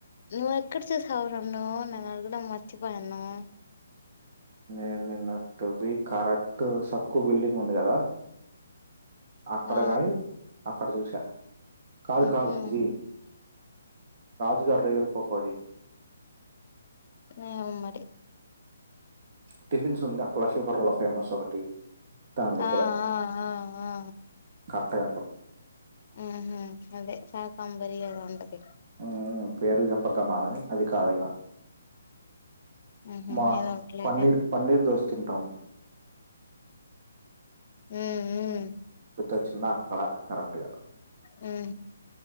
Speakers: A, on the left; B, on the right.
A: నువ్ ఎక్కడ చూసావు నన్ను నేను అడగడం మర్చిపోయాను
B: నేను నిన్న టు బి కరెక్ట్ సక్కు బిల్డింగ్ ఉంది కదా అక్కడ
A: ఆ
B: గాయి అక్కడ చూసా కాదు
A: మ్హు
B: కాదు జి దీస్ ఆర్ రేర్ పకోడీ
A: ఏమో మరి
B: టిఫిన్స్ ఉందా అక్కడ లక్ష్మిపురం లో మస్ ఒకటి దాని దగ్గర
A: ఆ ఆ ఆ ఆ
B: అక్కడ
A: హ్మ్ హు అదే సాకాంబరిద ఉంటది
B: మ్మ్ మ్మ్ పేర్లు చెప్పద్దు అన్నారా అది కాదే
A: హ్మ్ హు
B: మా
A: ఏదో అట్లయితే
B: పన్నీర్ పన్నీర్ దోశ తింటాం
A: మ్మ్ మ్మ్
B: తెచ్చుకున అక్కడ కరెక్ట్గా
A: ఆ